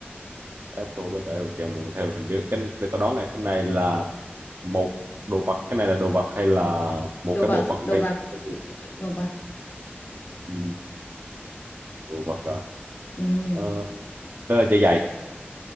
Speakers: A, on the right (about 70°); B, on the left (about 60°).
A: battle bãi vẽ rục dần bồng theo hình như cái để tôi đoán này cái này là một đồ vật cái này là đồ vật hay là một
B: đồ
A: cái
B: vật
A: bộ phận
B: đồ
A: trên
B: vật
A: cơ thể con người
B: đồ vật
A: ừ. đồ vật à
B: ừ.
A: ờ, đó là dây dày